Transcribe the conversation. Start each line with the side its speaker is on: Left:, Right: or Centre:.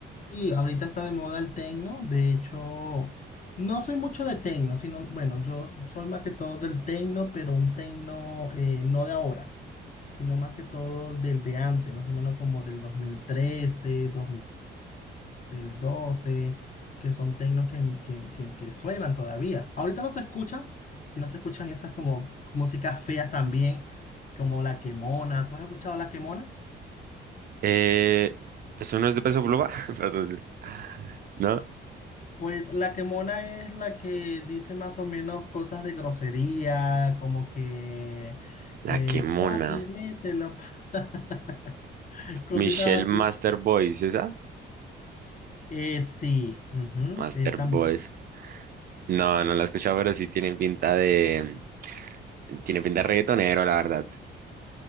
Left: y ahorita está de moda el techno, de hecho, no soy mucho de techno, sino, bueno, yo soy más que todo del techno, pero un techno eh, no de ahora. sino más que todo del de antes, más o menos como del dos dos mil trece, dos mil doce, que son tecnos que, que, que- que suenan todavía. Ahorita no se escuchan, sino se escuchan esas como músicas feas también, como La Quemona. ¿Tú has escuchado La Quemona?
Right: Eh, ¿eso no es de Peso Pluma? <laughs> Perdón. ¿No?
Left: Pues La Quemona es la que dice más o menos cosas de grosería, como que, eh,
Right: La que mona.
Left: papi, mételo, <laughs> cositas
Right: Michelle
Left: así.
Right: Master Boys, ¿esa?
Left: Eh, sí, ujú,
Right: Master
Left: esa
Right: Boys.
Left: misma.
Right: No, no la he escuchado, pero sí tiene pinta de... Tiene pinta de reggaetonero, la verdad.